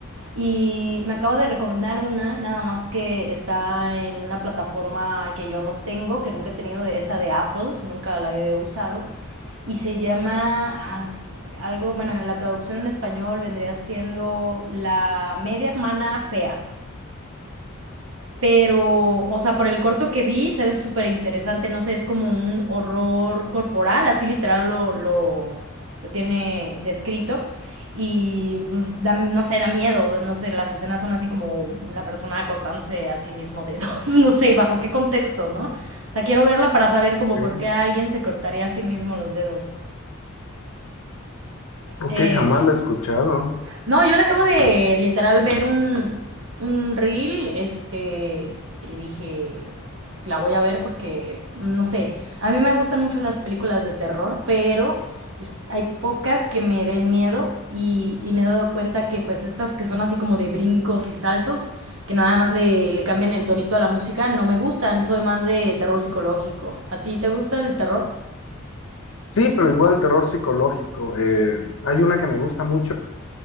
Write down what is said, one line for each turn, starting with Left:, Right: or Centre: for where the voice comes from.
Right: Y me acaba de recomendar una, nada más que está en una plataforma que yo no tengo, que nunca he tenido, de esta de Apple, nunca la he usado, y se llama ah, algo, bueno, en la traducción en español vendría siendo La media hermana fea Pero, o sea, por el corto que vi, se ve súper interesante. No sé, es como un horror corporal, así literal lo, lo, lo tiene descrito. Y pues, da- no sé, da miedo. No sé, las escenas son así como una persona cortándose a sí mismo dedos. <laughs> No sé, bajo qué contexto, ¿no? O sea, quiero verla para saber como
Left: Ok.
Right: por qué alguien se cortaría a sí mismo los dedos.
Left: Ok,
Right: Eh,
Left: jamás la he escuchado.
Right: No, yo le acabo de literal ver un, un reel, este, y dije, la voy a ver porque, no sé, a mí me gustan mucho las películas de terror, pero hay pocas que me den miedo y, y me he dado cuenta que pues estas que son así como de brincos y saltos, que nada más le, le cambian el tonito a la música, no me gustan, soy más de terror psicológico. ¿A ti te gusta el terror?
Left: Sí, pero igual terror psicológico. eh, hay una que me gusta mucho.